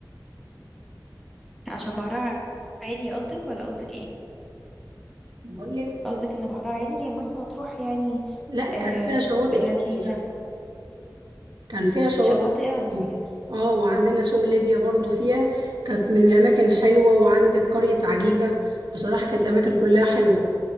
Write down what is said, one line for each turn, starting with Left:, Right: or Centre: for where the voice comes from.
Centre: عشان بحرها عالي قصدك ولا قصدك ايه؟
Right: بقول لك
Centre: قصدك ان بحرها عالي هي مرسى مطروح يعني
Right: لا كان
Centre: آه
Right: فيها شواطئ
Centre: لذيذة
Right: كتير كان فيها شواطئ
Centre: شواطئها
Right: كتير
Centre: كتير
Right: اه وعندنا سوق ليبيا برضو فيها كانت من الاماكن حلوه وعندك قريه عجيبه بصراحه كانت اماكن كلها حلوه